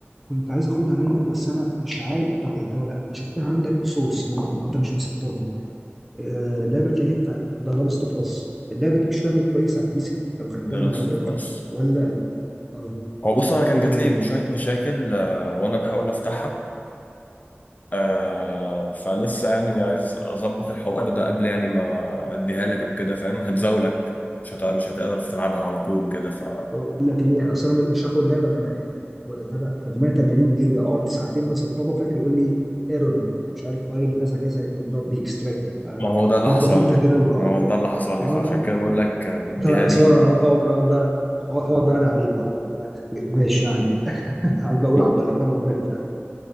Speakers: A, in the centre; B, on the left.
A: كنت عايز اخدها منك بس انا مش عارف شغلتها ولا لا انا شفتها عندك في سورس مو... انت مش مسطبها آه لعبه اللي هي بتاعت ذا لاست اوف اس اللعبه دي بتشتغل كويس على البي سي لو خدتها
B: The Last
A: من عندك
B: of Us
A: ولا اه
B: هو بص انا
A: شابتر
B: كان جات
A: 1
B: لي شويه مشاكل آه، وانا بحاول افتحها آه، فلسه يعني عايز اظبط الحوار ده قبل يعني ما اديها لك او كده فاهم هتزاولك مش هت... مش هتقدر تلعبها على طول وكده ف
A: بقول لك ايه اصل انا مش هاخد لعبه تم... وبتاع حجمها 80 جيجا اقعد ساعتين بسطبها في الاخر يقول لي ايرور مش عارف فايل كذا كذا could not be extracted
B: ما هو ده اللي
A: فظبط
B: حصل
A: انت
B: لي
A: كده و... اه
B: ما هو ده اللي حصل لي
A: اه
B: فعشان
A: لا لا
B: كده بقول لك آه، اديها
A: أنا
B: لي
A: سواء اقعد اقعد بقى اقعد أقعد بقى أدعي عليك بقى اقول لك والله ماشي يعني <laughs> اقعد بقى اقول
B: ما-
A: عبد الرحمن وداني في داهيه